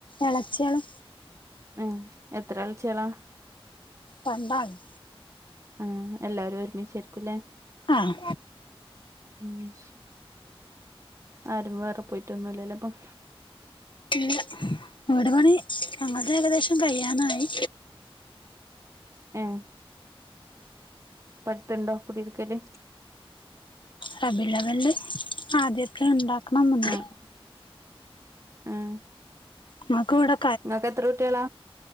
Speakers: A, on the left; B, on the right.
A: എളച്ച്യാണ്
B: ഏഹ് എത്ര എളച്ച്യേളാ
A: രണ്ടാള്ണ്ട്
B: ആഹ് എല്ലാരും ഒരുമിച്ചായിരിക്കൂല്ലേ
A: ആഹ്
B: ഉം ആരും വേറെ പോയിട്ടൊന്നുമില്ലല്ലേ ഇപ്പം
A: ഇല്ല വീട് പണി ഞങ്ങളത് ഏകദേശം കഴിയാനായി
B: ഏ ഇപ്പടുത്തുണ്ടോ കുടിയിരിക്കല്
A: റബിഉൽ അവ്വലില് ആദ്യയൊക്കെ ഇണ്ടാക്കണന്നുണ്ട്
B: ആഹ് ആഹ്
A: ഇമ്മക്ക് ഇവിടെ
B: നിങ്ങക്ക് എത്ര കുട്ട്യള